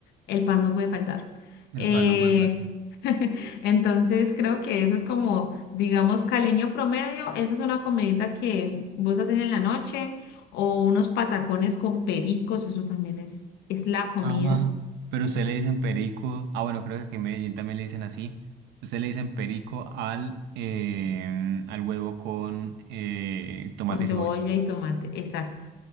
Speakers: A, on the left; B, on the right.
A: el pan no puede faltar.
B: El
A: Eh,
B: pan no puede faltar.
A: <laughs> entonces creo que eso es como, digamos, caleño promedio. Esa es una comidita que vos haces en la noche o unos patacones con pericos. Eso también es, es la comida
B: Ah, pero usted le dicen perico. Ah, bueno, creo que en Medellín también le dicen así. Usted le dicen perico al, eh, al huevo con eh, tomate
A: con cebolla
B: y cebolla.
A: y tomate. Exacto.